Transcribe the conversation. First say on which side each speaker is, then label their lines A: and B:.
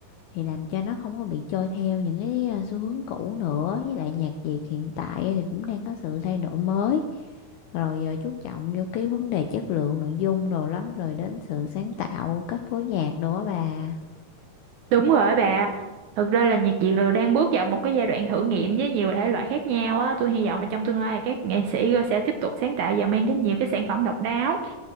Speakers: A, on the left; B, on the right.
A: thì làm cho nó không có bị trôi theo những cái à, xu hướng cũ nữa với lại nhạc Việt hiện tại thì cũng đang có sự thay đổi mới rồi à, chú trọng vô cái vấn đề chất lượng nội dung đồ lắm rồi đến sự sáng tạo cách phối nhạc đồ á bà
B: Đúng rồi bà. Thực ra là nhạc Việt rồi đang bước vào một cái giai đoạn thử nghiệm với nhiều thể loại khác nhau á. Tôi hy vọng là trong tương lai các nghệ sĩ sẽ tiếp tục sáng tạo và mang đến nhiều cái sản phẩm độc đáo.